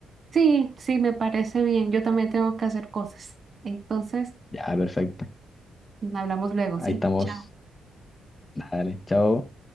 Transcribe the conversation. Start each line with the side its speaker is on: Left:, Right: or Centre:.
Right: Sí, sí, me parece bien, yo también tengo que hacer cosas. Entonces,
Left: Ya, perfecto.
Right: hablamos luego,
Left: Ahí
Right: ¿sí?
Left: estamos.
Right: Chao.
Left: Dale, chao.